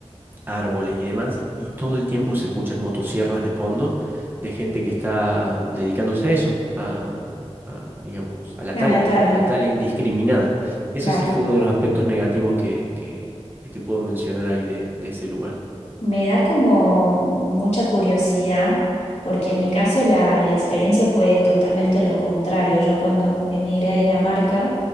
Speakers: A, on the right; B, on the left.
A: árboles y demás, y todo el tiempo se escuchan motosierras de fondo de gente que está dedicándose a eso, a, a, digamos, a la tala,
B: A la tabla,
A: a la tala indiscriminada. Eso
B: claro.
A: sí fue uno de los aspectos negativos que, que, que te puedo mencionar ahí de, de ese lugar,
B: Me da como mucha curiosidad, porque en mi caso la, la experiencia fue totalmente lo contrario. Yo cuando emigré a Dinamarca,